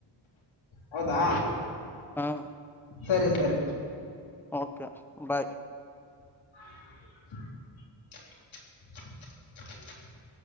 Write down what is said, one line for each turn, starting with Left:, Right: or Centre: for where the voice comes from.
Left: ಹೌದಾ
Centre: ಹಾಂ
Left: ಸರಿ ಸರಿ
Centre: ಓಕೆ ಬಾಯ್
Left: ಹ <unintelligible>